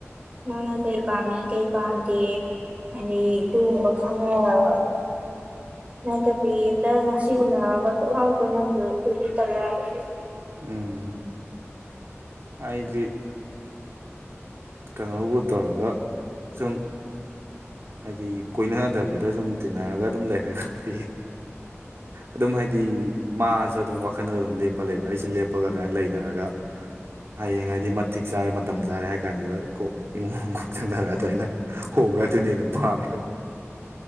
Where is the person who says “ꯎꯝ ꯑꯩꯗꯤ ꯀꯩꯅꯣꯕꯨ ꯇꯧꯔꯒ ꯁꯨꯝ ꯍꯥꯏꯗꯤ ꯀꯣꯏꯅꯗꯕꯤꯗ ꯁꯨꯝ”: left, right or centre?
Right